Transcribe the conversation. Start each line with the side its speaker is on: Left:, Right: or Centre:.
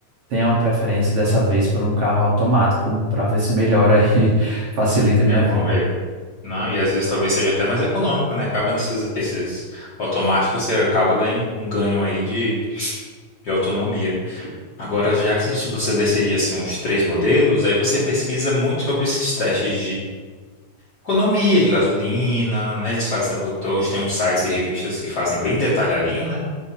Right: tenha uma preferência dessa vez por um carro automático para ver se melhora <laughs> e facilita a minha
Left: é bom
Right: vida.
Left: mesmo. Não, e às vezes talvez seja até mais econômico, né? Acaba nesses esses automáticos, você acaba ganhando um um ganho aí de, de autonomia. Agora, já que se você decidir assim uns três modelos, aí você pesquisa muito sobre esses testes economia de gasolina, né? Eles fazem, hoje tem uns sites e revistas que fazem bem detalhadinho, né?